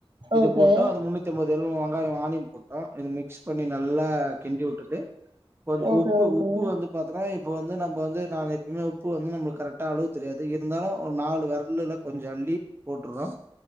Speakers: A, on the right; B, on the right.
A: இது
B: ஓகே.
A: போட்டா அது முன்னூ த்தி ஒம்பது ஏழு வெங்காய ஆனியன் போட்டோ இது மிக்ஸ் பண்ணி நல்லா கிண்டி உட்டுட்டு கொஞ்
B: ஓகே,
A: உப்பு
B: ஓகே.
A: உப்பு வந்து பாத்தனா இப்ப வந்து நம்ப வந்து நாம எப்பிமே உப்பு வந்து நம்புளுக் கரெக்டா அளவு தெரியாது இருந்தாலு ஒரு நாலு வெரல்லுல கொஞ்ச அள்ளி போட்டுறோ